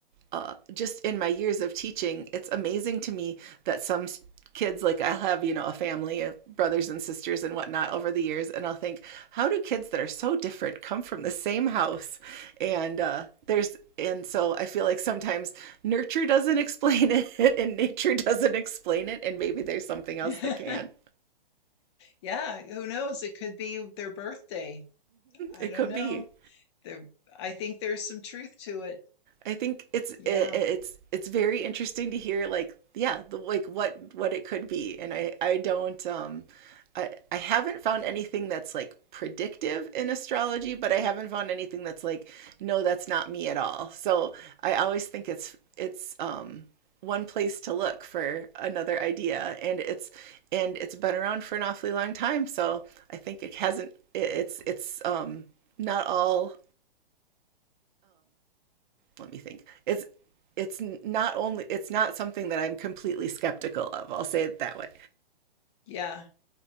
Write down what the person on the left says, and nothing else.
<laughs>
Yeah, who knows? It could be their birthday. I
don't
know.
There, I think there's some truth to it.
Yeah.
Yeah.